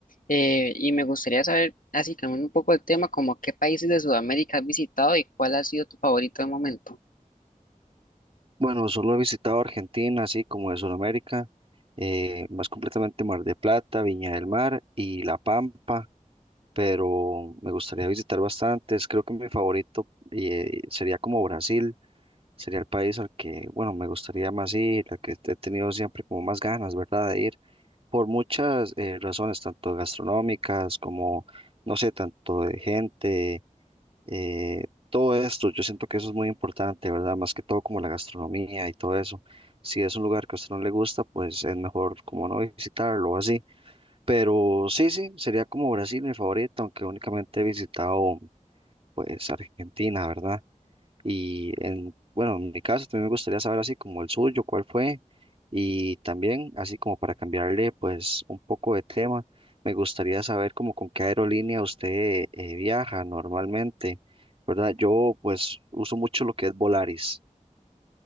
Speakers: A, on the left; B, on the right.
A: Eh, y me gustaría saber, así cambiando un poco el tema, como qué países de Sudamérica has visitado y cuál ha sido tu favorito de momento.
B: Bueno, solo he visitado Argentina, así como de Sudamérica, eh, más completamente Mar de Plata, Viña del Mar y La Pampa, pero me gustaría visitar bastantes. Creo que mi favorito, eh, sería como Brasil Sería el país al que, bueno, me gustaría más ir, al que he tenido siempre como más ganas, ¿verdad? De ir por muchas eh, razones, tanto gastronómicas como, no sé, tanto de gente, eh, todo esto. Yo siento que eso es muy importante, ¿verdad? Más que todo como la gastronomía y todo eso. Si es un lugar que a usted no le gusta, pues es mejor como no visitarlo o así. Pero sí, sí, sería como Brasil mi favorito, aunque únicamente he visitado pues Argentina, ¿verdad? Y en, bueno, en mi caso también me gustaría saber así como el suyo, cuál fue. Y también, así como para cambiarle pues un poco de tema, me gustaría saber como con qué aerolínea usted eh, viaja normalmente, ¿verdad? Yo pues uso mucho lo que es Volaris.